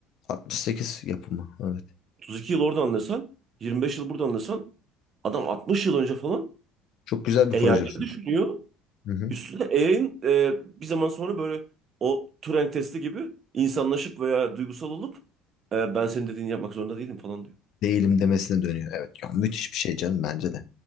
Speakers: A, on the left; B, on the right.
A: 68 yapımı. Evet.
B: 32 yıl orada anlasan, 25 yıl burada anlasan adam 60 yıl önce falan
A: Çok güzel bir
B: AI'ları
A: projection.
B: düşünüyor.
A: Hı hı.
B: Üstüne AI'nin bir zaman sonra böyle o Turing testi gibi insanlaşıp veya duygusal olup e, ben senin dediğini yapmak zorunda değilim falan diyor.
A: Değilim demesine dönüyor. Evet. Ya, müthiş bir şey canım bence de.